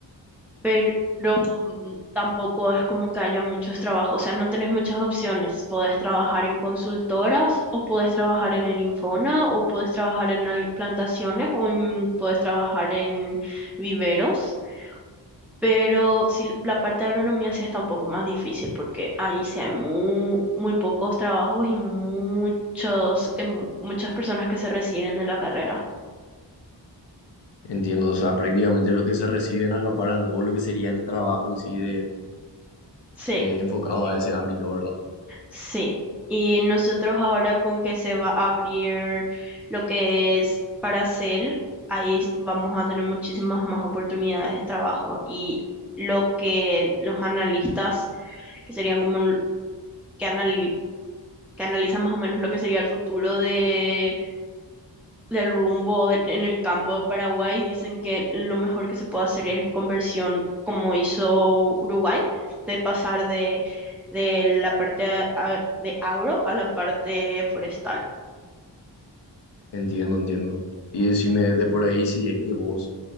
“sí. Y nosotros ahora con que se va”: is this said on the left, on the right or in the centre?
Centre